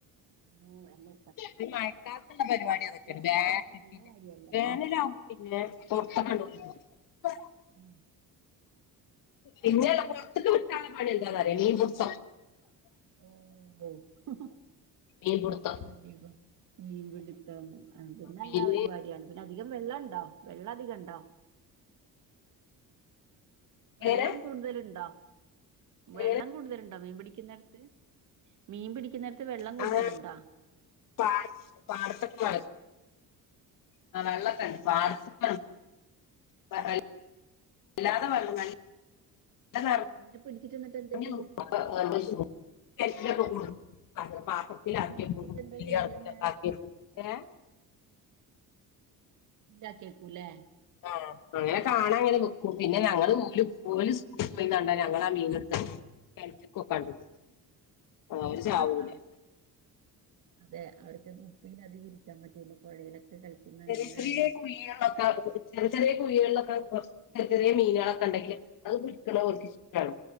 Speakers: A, on the right (about 55°); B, on the left (about 60°).
A: ളം അല്ലെ
B: ഒരു മഴക്കാലത്തുള്ള പരിപാടി അതൊക്കെയാണ്
A: കളിക്കുന്നത് നല്ല
B: പിന്നെ
A: കാര്യല്ലേ
B: വേനലാവുമ്പോൾ പിന്നെ പൊർത്തൊക്കണ്ടോ <unintelligible>
A: ഉം
B: പിന്നെയല്ല പുറത്തക്ക് വിട്ടാന പണി എന്താ അറിയ മീൻ പിടിച്ച
A: ഓ
B: മിൽ പിടുത്തം
A: അധികം മീൻപിടുത്തം അത് നല്ല
B: മീന്
A: പരിപാടിയാണ് പിന്നെ അധികം വെള്ളം ഉണ്ടോ വെള്ള ഇത് കണ്ടോ വെള്ളം
B: എങ്ങനെ
A: കൂടുതലുണ്ടോ വെള്ളം
B: എങ്ങനെ
A: കൂടുതലുണ്ടോ മീൻ പിടിക്കുന്നേടത്ത് മീൻ പിടിക്കുന്നിടത്ത് വെള്ളം കൂടുതല്ണ്ടോ
B: അങ്ങനെ പാട പാടത്തൊക്കെ ആ വെള്ളൊക്കെണ്ട്
A: ആഹ് ആഹ്
B: <unintelligible> വല്ലാതെ
A: ഓ
B: വെള്ളം <unintelligible> <unintelligible>
A: മീനെ പിടിച്ചിട്ട് എന്നിട്ട് എന്താ ചെയ്യാ
B: <unintelligible> ആക്ക്ണ് പാത്രത്തിലാക്കി
A: മീൻ പിടിച്ചിട്ട്
B: വെക്കും
A: എന്താ
B: പിന്നെ
A: ചെയ്യുന്നെ
B: അൾക്കിലൊക്കെ ആക്കി വെക്കും ഏ
A: താക്കിയേക്കൂലേ
B: ആ അങ്ങനെ കാണാൻങ്ങനെ നിക്കും പിന്നെ ഞങ്ങള് ഓല് സ്കൂൾക്ക് പോയിന്നണ്ട ഞങ്ങള് ആ മീനെടുത്ത് കിണറ്റി കഓക്കേ ആണ്ട് ഇടും ആ അവര് ചാവൂലെ
A: ആഹ് ആഹ് അതെ അവർക്ക് ഇപ്പൊ അയിന് അധികം ഇരിക്കാൻ പറ്റൂല പുഴയിലൊക്കെ കളിക്കുന്ന
B: ചെറിയ
A: മീനുകളല്ലേ
B: ചെറിയ കുഴികളൊക്കെ കുഴിച്ച് ചെറിയ കുഴികളിലൊക്കെ കൊറച്ച് ചെറിയ ചെറിയ മീനുകളൊക്കെ ഉണ്ടെങ്കിൽ അത് പിടിക്ക്ണത് ഓല്ക് ഇഷ്ടാണ്